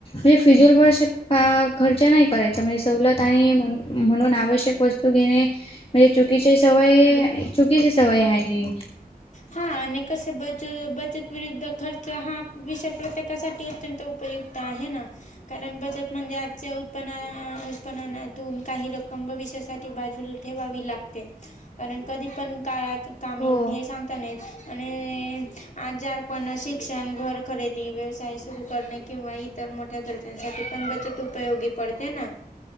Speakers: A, on the left (about 35°); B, on the left (about 50°).
A: मी फिजूल पैसे खर्च नाही करायच म्हणजे सवलत आहे म्हणून आवश्यक वस्तू घेणे म्हणजे चुकीची सवय चुकीची सवय आहे ही.
B: हा आणि कसे बच बचत विरुद्ध खर्च हा विषय प्रत्येकासाठी अत्यंत उपयुक्त आहे ना. कारण बचत म्हणजे आजच्या उतपना उत्पन्नातून काही रक्कम भविष्यासाठी बाजूला ठेवावी लागते कारण कधी पण काळात कामी
A: हो
B: येईल हे सांगता नाही येत. आणि आजारपण, शिक्षण, घर खरेदी, व्यवसाय सुरू करणे किंवा इ तर मोठ्या गरजांसाठी पण बचत उपयोगी पडते ना.